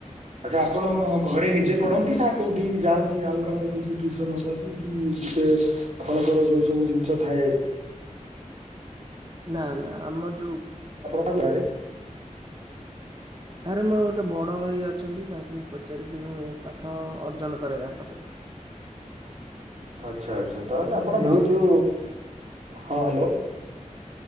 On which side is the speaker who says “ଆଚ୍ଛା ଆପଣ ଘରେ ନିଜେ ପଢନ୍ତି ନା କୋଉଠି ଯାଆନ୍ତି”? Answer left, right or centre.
Right